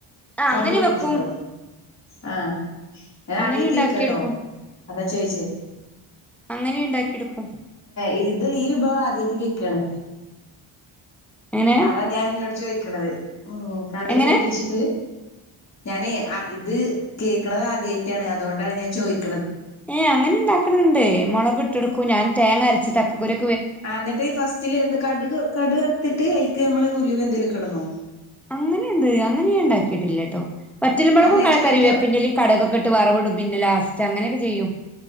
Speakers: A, in the centre; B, on the left (about 30°).
A: ആഹ്
B: കടു
A: അങ്ങനെ
B: പൊട്ടിച്ചിട്ടോ
A: വെക്കും
B: ആഹ് ഞൻ
A: അങ്ങനെ
B: ആദ്യായിട്ടേക്കട്ടോ
A: ഉണ്ടാക്കിയെടുക്കും
B: അത് ചോയ്ച്ച
A: അങ്ങനെ ഉണ്ടാക്കിയെടുക്കും
B: ഇത് ഈ വിഭവം കേക്കാണ്
A: എങ്ങനെ
B: അതാ ഞാൻ അന്നോട് ചോദിക്കണത് ഉം കടു
A: എങ്ങനെ
B: പൊട്ടിച്ചിട്ട് ഞാനേ ഇത് കേൾക്കണത് ആദ്യായിട്ടാണ് അതുകൊണ്ടാണ് ഞാൻ ചോദിക്കുന്നത്
A: ഏ അങ്ങനെ ഉണ്ടാക്കണണ്ട് മുളക് ഇട്ടെടുക്കും ഞാൻ തേങ്ങ അരച്ച് ചക്കക്കുരു
B: ആ എന്നിട്ട് ഫസ്റ്റില് എന്താ കടു കടു വറത്തിട്ട് ഐക്ക് നമ്മള് ഉലുവ് എന്തേലും ഇടണോ
A: അങ്ങനെയുണ്ട് അങ്ങനെയ ഉണ്ടാക്കിട്ടില്ല ട്ടോ വറ്റല് മൊളകും
B: അല്ല ഞാൻ ചോയിക്കാം
A: കരിവേപ്പിന്റെലയും കടകൊക്കെട്ട് വറവവിടും പിന്നെ ലാസ്‌റ്റ് അങ്ങനൊക്കെ ചെയ്യും